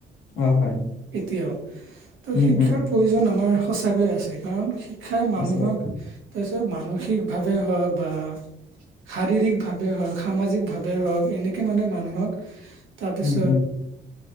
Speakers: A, on the left (about 80°); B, on the right (about 85°).
A: অ হয়।
B: এতিয়াও ত'
A: উম
B: শিক্ষাৰ
A: উম
B: প্ৰয়োজন আমাৰ সচাকৈয়ে আছে কাৰণ শি শিক্ষায় মানুহক
A: আছে আছে
B: তাৰপিছত মানসিক ভাৱে হওক বা শাৰীৰিকভাৱে হওক, সামাজিকভাৱে হওক এনেকে মানে মানুহক <unintelligible> তাৰপিছত
A: উম উম